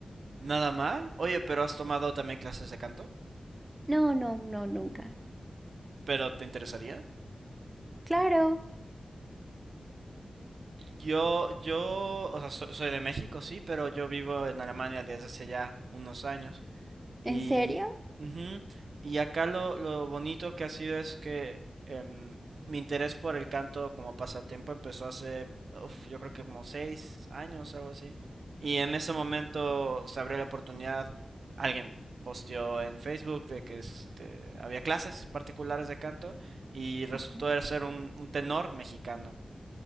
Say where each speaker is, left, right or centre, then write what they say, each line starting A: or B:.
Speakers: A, on the right (about 75°); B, on the right (about 20°).
A: Nada mal. Oye, pero has tomado también clases de canto,
B: No, no, no, nunca.
A: pero ¿te interesaría?
B: Claro,
A: Yo, yo, o sea, so- soy de México, sí, pero yo vivo en Alemania desde hace ya unos años. Y,
B: ¿en serio?
A: ujú, y acá lo, lo bonito que ha sido es que em, mi interés por el canto como pasatiempo empezó hace, uf, yo creo que como seis años, algo así. Y en ese momento se abrió la oportunidad, alguien posteó en Facebook de que este, había clases particulares de canto y resultó
B: Ujú.
A: de ser un, un tenor mexicano